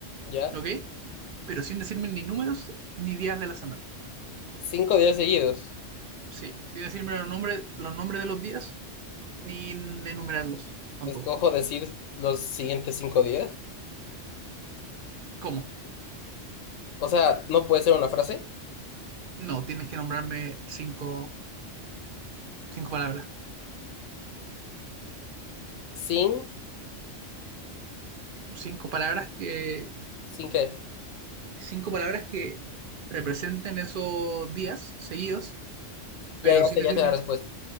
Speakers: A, on the left; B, on the right.
A: ¿Ya?
B: ¿ok? Pero sin decirme ni números ni días de la semana.
A: Cinco días seguidos.
B: Sí, sin decirme los nombres, los nombres de los días ni enumerarlos tampoco.
A: Escojo decir los siguientes cinco días.
B: ¿Cómo?
A: O sea, no puede ser una frase.
B: No, tienes que nombrarme cinco, cinco palabras.
A: Sin,
B: Cinco palabras que,
A: sin qué.
B: cinco palabras que representen esos días seguidos, pero
A: Ya, ya
B: sin
A: sé,
B: decirme,
A: ya sé la respuesta.